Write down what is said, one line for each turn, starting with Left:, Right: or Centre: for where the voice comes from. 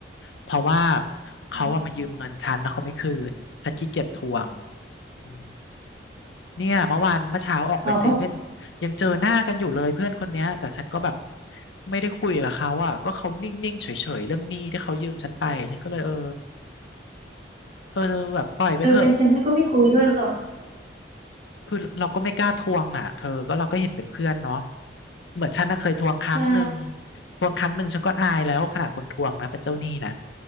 Left: เพราะว่าเขาอะมายืมเงินฉันแล้วเขาไม่คืนฉันขี้เกียจทวง
Right: อืม
Left: อืมเนี่ยเมื่อวานเมื่อเช้าออกไปเซเว่น
Right: อ๋อเขา
Left: ยังเจอหน้ากันอยู่เลยเพื่อนคนเนี้ยแต่ฉันก็แบบไม่ได้คุยกับเขาอ่ะก็เขานิ่งๆเฉยๆเรื่องหนี้ที่เขายืมฉันไปฉันก็เลยเออเออแบบปล่อยไปเถอะ
Right: เออเป็นฉันฉันก็ไม่คุยด้วยหรอก
Left: คือเราก็ไม่กล้าทวงอ่ะเธอก็เราก็เห็นเป็นเพื่อนเนาะเหมือนฉันน่ะเคยทวงครั้งหนึ่ง
Right: ใช่
Left: ทวงครั้งหนึ่งฉันก็อายแล้วขนาดคนทวงนะเป็นเจ้าหนี้นะ